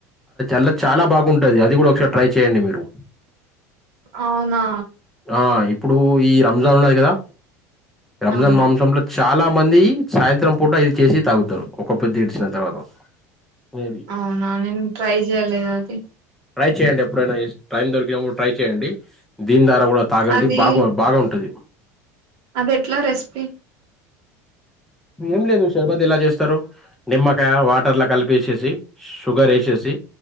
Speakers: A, in the centre; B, on the right.
A: అలా చాలా బాగుంట ది అది కూడా ఒకసారి ట్రై చేయండి మీరు
B: అవునా
A: ఆ ఇప్పుడు ఈ రంజాన్ ఉన్నది కదా రంజాన్
B: అవును
A: మాంసంలో చాలా కొ మంది సాయంత్రం పూట ఇది చేసి తాగుతారు ఒక పెద్ది ఏడ్చిన తర్వాత మేబి
B: అవునా నేను ట్రై చేయలేదు అది
A: ట్రై చేయండి ఎప్పుడైనా టైం దొరికినప్పుడు ట్రై చేయండి దీన్ని న్నేర కూడా తాగండి
B: అది
A: బాగా బాగా ఉంటది
B: అది ఎట్లా రెసిపీ
A: ఏం లేదు షర్బత్ ఇలా చేస్తారు నిమ్మకాయ వాటర్లా కలిపి వేసేసి షుగర్ వేసేసి